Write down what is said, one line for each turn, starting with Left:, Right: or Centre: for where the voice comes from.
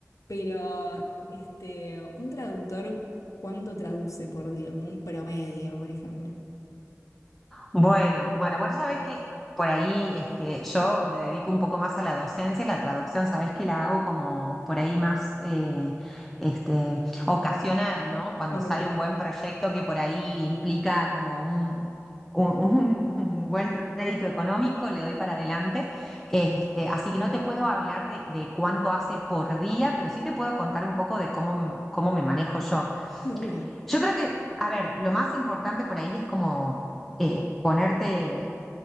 Left: Pero, este, un traductor, ¿cuánto traduce por día? Como un promedio, por ejemplo.
Centre: Bueno, bueno, vos sabés que por ahí este, yo me dedico un poco más a la docencia, la traducción, sabés que la hago como por ahí más eh, este, ocasional, ¿no? Cuando
Left: Ok.
Centre: sale un buen proyecto que por ahí implica como un, un- un buen rédito económico, le doy para adelante. Este, así que no te puedo hablar de, de cuánto hace por día, pero sí te puedo contar un poco de cómo, cómo me manejo yo.
Left: Sí, obvio.
Centre: Yo creo que, a ver, lo más importante por ahí es como eh, ponerte